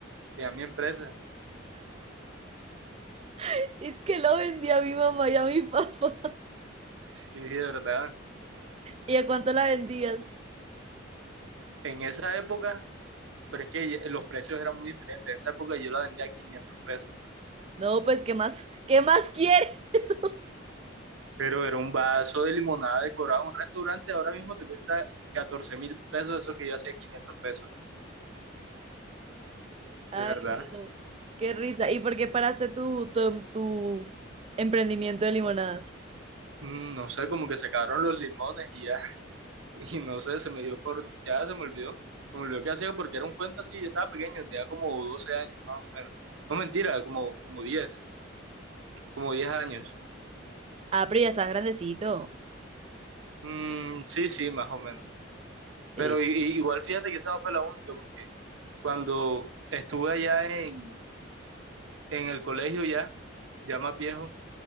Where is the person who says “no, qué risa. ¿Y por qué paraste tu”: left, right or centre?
Right